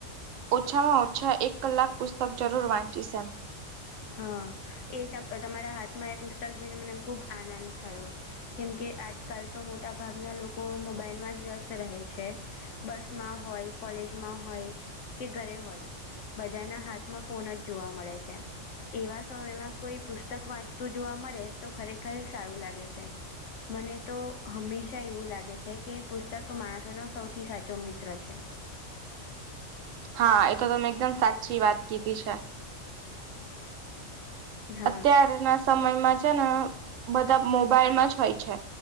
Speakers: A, on the right (about 75°); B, on the left (about 70°).
A: ઓછામાં-ઓછા એક કલાક પુસ્તક જરૂર વાંચી છે.
B: હા, એ તમારા હાથમાં એ પુસ્તક જોઈને, મને ખૂબ આનંદ થયો. કેમકે, આજકાલ તો મોટા ભાગના લોકો મોબાઈલમાં જ વ્યસ્ત રહે છે. બસ માં હોય, કોલેજમાં હોય કે, ઘરે હોય. બધાના હાથમાં ફોન જ જોવા મળે છે. એવા સમયમાં કોઈ પુસ્તક વાંચતું જોવા મળે, તો ખરેખર સારું લાગે છે. મને તો હંમેશા એવું લાગે છે કે, પુસ્તક માણસોનો સૌથી સાચો મિત્ર છે.
A: હા, એ તો તમેં એકદમ સાચી વાત કીધી છે.
B: હા
A: અત્યારના સમયમાં છે ને, બધા મોબાઈલમાં જ હોય છે.